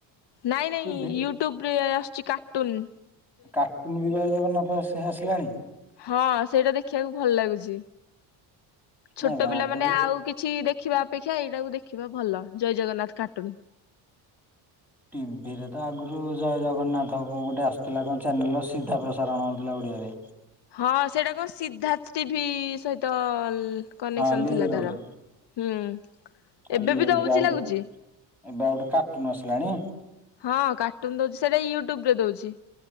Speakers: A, on the left (about 55°); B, in the centre.
A: ନାଇଁ ନାଇଁ
B: ଟିଭି
A: ୟୁଟ୍ୟୁବୁରେ ଆସୁଛି କାଟୁନୁ
B: କାଟୁନୁ ବି ଜୟ ଜଗନ୍ନାଥ ଆସିଲାଣି
A: ହଁ ସେଇଟା ଦେଖିବାକୁ ଭଲ ଲାଗୁଛି
B: ନାଇଁ
A: ଛୋଟ
B: ଭାଇ
A: ପିଲାମାନେ
B: ଆଗରୁ
A: ଆଉ କିଛି ଦେଖିବା ଅପେକ୍ଷା ଏଇଟାକୁ ଦେଖିବା ଭଲ ଜୟ ଜଗନ୍ନାଥ କାଟୁନୁ
B: ଟିଭିରେ ତ ଆଗରୁ ଜୟ ଜଗନ୍ନାଥ ଗୋଟେ ଆସୁଥିଲା କଣ ଚ୍ୟାନେଲ୍ ସିଧା ପ୍ରସାରଣ ହେଉଥିଲା ଓଡ଼ିଆରେ
A: ହଁ ସେଇଟା କଣ ସିଦ୍ଧାର୍ଥ ଟିଭି ସହିତ କନେକ୍ସନ୍
B: ହଁ ଲିଙ୍କ
A: ଥିଲା
B: ରହୁଛି
A: ତାର ହୁଁ
B: ଆଉ
A: ଏବେ
B: ହେଇକି
A: ବି ଦଉଛି
B: ଆଉ
A: ଲାଗୁଛି
B: ଗୋଟେ ଏବେ ଆଉ ଗୋଟେ କାଟୁନୁ ଆସିଲାଣି
A: ହଁ କାଟୁନୁ ଦଉଛି ସେଟା ୟୁଟ୍ୟୁବୁରେ ଦଉଛି